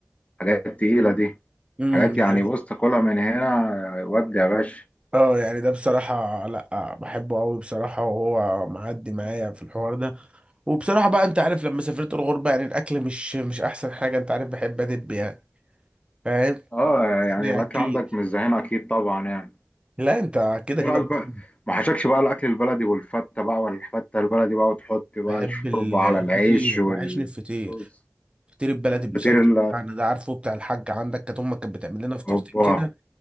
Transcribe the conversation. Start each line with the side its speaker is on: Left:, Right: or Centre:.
Left: حاجات تقيله دي
Right: امم
Left: حاجات
Right: يعني
Left: يعني
Right: ده-
Left: بص تاكلها من هنا ودي يا باشا
Right: اه يعني ده بصراحه لا بحبه قوي بصراحه وهو معدي معايا في الحوار ده وبصراحه بقى انت عارف لما سافرت الغربه يعني الاكل مش مش احسن حاجه انت عارف بحب ادب يعني فاهم
Left: اه يعني
Right: اكيد
Left: الاكل عندك مش زي هنا اكيد طبعا يعني
Right: لا انت كده
Left: ايه
Right: كده
Left: رايك
Right: بص،
Left: بقى ما حشكش بقى الاكل البلدي والفته بقى والفته البلدي بقى وتحط بقى
Right: بحب
Left: الشوربه
Right: ال-
Left: على
Right: الفطير
Left: العيش والرز
Right: وحشني الفطير فطير البلدي بمشلتت
Left: فطير ال
Right: يعني ده عارفه بتاع الحاج عندك كانت امك كانت بتعمل لنا فطيرتين
Left: اوبا
Right: كده